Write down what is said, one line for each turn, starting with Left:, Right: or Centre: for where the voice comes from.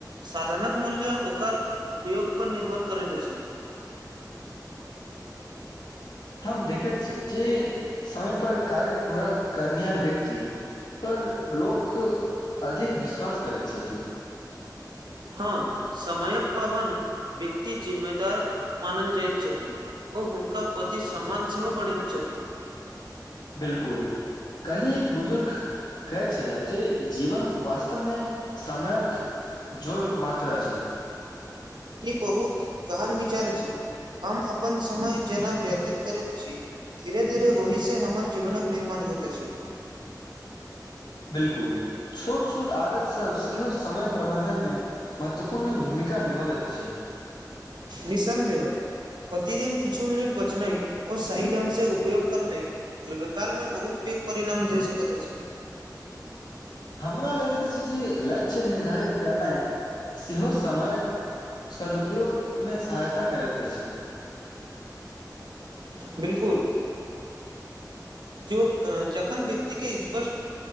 Right: साधनक मूल्य ओकर उपयोग पर निर्भर करैत अछि।
Left: हम देखैत छी जे समय पर कार्य पूरा करनिहार व्यक्ति। पर लोक अधिक विश्वास करैत छथि।
Right: हँ समयक पाबन व्यक्ति जिम्मेदार मानल जाइत छथि। ओ हुनका पति सम्मान सेहो बढ़ैत छथि।
Left: बिल्कुल कल्हि एक बुजुर्ग कहै छले जे जीवन वास्तवमे समयक जोर मात्र अछि।
Right: ई बहुत गहन विचार अछि हम अपन समय जेना व्यतीत करैत छी धीरे धीरे ओहि से हमर जीवनक निर्माण होइत अछि।
Left: बिल्कुल छोट छोट आदत सभ सेहो समय प्रबन्धनमे महत्वपूर्ण भूमिका निभाबैत अछि।
Right: निःसन्देह प्रतिदिन किछु मिनट बचनाइ ओ सही ढंग से उपयोग करनाइ दीर्घकाल मे बहुत पैघ परिणाम दे सकत अछि।
Left: हमरा लगैत अछि जे लक्ष्य निर्धारित करनाइ सेहो समयक। सदुपयोगमे सहायता करैत अछि
Right: बिलकुल जो जखन व्यक्ति के स्पष्ट